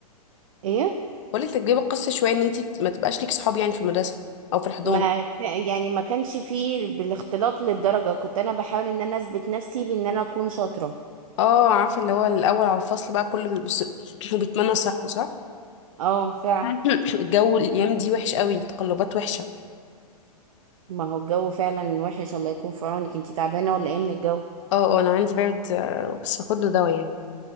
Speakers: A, on the right; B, on the left.
A: ايه
B: بقولك تجربه قاسيه شويه ان انت ما تبقاش ليك صحاب يعني في المدرسه او في الحضانه
A: ما ك- يعني ما كانش فيه بالاختلاط للدرجه كنت انا بحاول ان انا اثبت نفسي بان انا اكون شاطره
B: اه عارفه اللي هو الاول على الفصل بقى كله بيبص <clears throat> وبيتمنى صاحبه صح
A: اه فعلا
B: <coughs> <laughs> الجو الايام دي وحش قوي تقلبات وحشه
A: ما هو الجو فعلا وحش الله يكون في عونك انتي تعبانه ولا ايه من الجو
B: اه اه انا عندي برد آه، بس باخد له دواء يعني